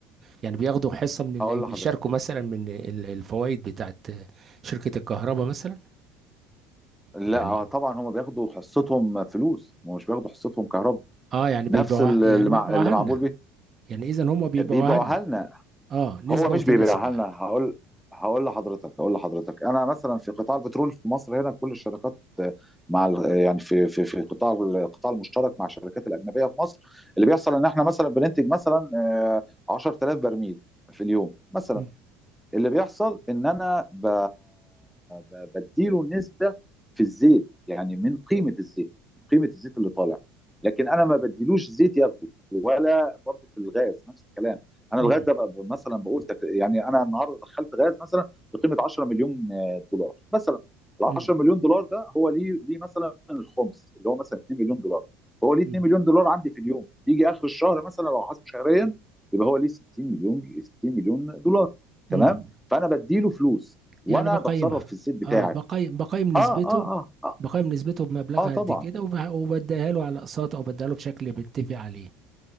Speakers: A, on the right (about 35°); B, in the centre.
A: يعني بياخدوا حصة من اللي
B: لحضرتك
A: بيشاركوا مثلا من الفوائد بتاعت شركة الكهرباء مثلا
B: لا
A: يعني
B: آه، طبعا هم بياخدوا حصتهم فلوس ومش بياخدوا حصتهم كهرباء
A: اه يعني بيبيعوا
B: نفس اللي,
A: يعني
B: مع...
A: بيبيعوها
B: اللي معمول
A: لنا
B: بيه
A: يعني اذا هم بيبيعوها
B: بيبيعوها
A: لنا
B: لنا
A: اه نسبة
B: هو مش
A: وتناسب
B: بيبيعها
A: يعني
B: لنا هقول هقول لحضرتك هقول لحضرتك انا مثلا في قطاع البترول في مصر هنا كل الشركات آه، مع ال- آه، يعني في في في قطاع القطاع المشترك مع الشركات الاجنبيه في مصر اللي بيحصل ان احنا مثلا بننتج مثلا آه، 10000 برميل في اليوم مثلا
A: مم.
B: اللي بيحصل ان انا ب... ب... بديله نسبه في الزيت يعني من قيمه الزيت من قيمه الزيت اللي طالع لكن انا ما بديلوش زيت ياخده ولا برضه في الغاز نفس الكلام انا
A: مم.
B: الغاز ده بقى مثلا بقول تك... يعني انا النهارده دخلت غاز مثلا بقيمه 10 مليون دولار مثلا ال 10
A: مم.
B: مليون دولار ده هو ليه ليه مثلا الخمس اللي هو مثلا 2 مليون دولار فهو ليه
A: مم.
B: 2 مليون دولار عندي في اليوم يجي اخر الشهر مثلا لو حاسب شهريا يبقى هو ليه 60 مليون 60 مليون دولار
A: مم.
B: تمام فانا بديله فلوس وانا
A: يعني بقيمها
B: بتصرف في الزيت بتاعي
A: اه بقيم بقيم نسبته
B: اه اه اه اه,
A: بقيم نسبته بمبلغها
B: آه طبعا
A: قد كده وب- وبديها له على اقساط او بديها له بشكل بنتفق عليه